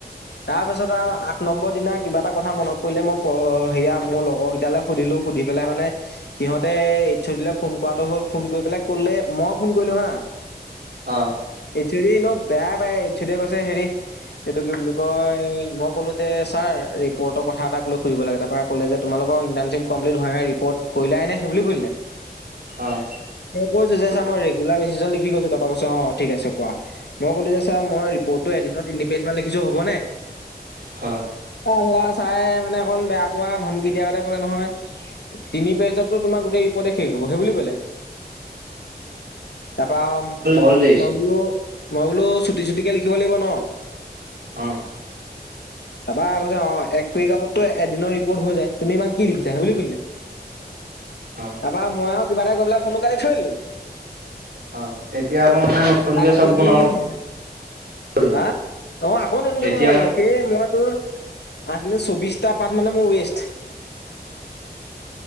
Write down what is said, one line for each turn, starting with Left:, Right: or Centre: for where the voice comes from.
Left: তাৰ পিছত আৰু আঠ নম্বৰ দিনা কিবা এটা কথা মনত পৰিলে মই সেয়া মোৰ লগৰকেইটালৈ সুধিলো সুধি পেলাই মানে সিহঁতে এজ ঔ ডি ফোন কৰাটো হল ফোন কৰি পেলাই কলে মোক। ফোন কৰিলো হা।
Right: অহ ',
Left: এজ ঔ ডি এনেও বেয়া পাইয়ে কৈছে হেৰি এইটো কি বুলি কয় মই ক'লো যে ছাৰ ৰিপৰ্টৰ কথা এটাক লৈ সুধিব লাগে তাৰপৰা ক'লে যে তোমালোকৰ ইণ্টাৰ্ণশ্বিপ কমপ্লিট হোৱা নাই ৰিপৰ্ট কলাই নে সেই বুলি কৰিলে।
Right: অ',
Left: কৈছো যে সামৰি। গোলা বেছি জ লিখি গৈছো তাৰপ কৈছে অহ ', ঠিক আছে কোৱা মই কলো যে মই ৰিপৰ্টো এদিনত তিনি পেয। কিমান লিখিছো হ'ব নে
Right: হয়
Left: আহ চাই মানে অকণ বেয়া পোৱা ধমকি দিয়াৰ গতে কলে নহয় তিনি পেজতটো তোমাৰ গোটেই ৰিপৰ্টে শেষ হব সেই বোলি কলে তাপা মই
Right: হ'ল দেৰিচোন
Left: মইও মই বোলো চুটি চুটিকে লিখিব লাগিব ন
Right: অ
Left: তাপা কৈছে অ এক <unintelligible> এদিনৰ ৰিপৰ্ট হৈ যায় তুমি ইমান কি লিখিছা সেই বুলি খুজিলা
Right: অ',
Left: তাপা মই আও কিবা এটা কৈ পেলে ফোনটো কাটি থৈ দিলো।
Right: অ', এতিয়া
Left: <unintelligible>
Right: আকৌ মানে নতুনকে চব বনাব লাগিব
Left: হা অ' আকৌ নতুনকে
Right: এতিয়া
Left: বনাব লাগিব
Right: মানে
Left: সেই মই <unintelligible> চৌবিশটা পাঠ মানে মোৰ ৱেষ্ট।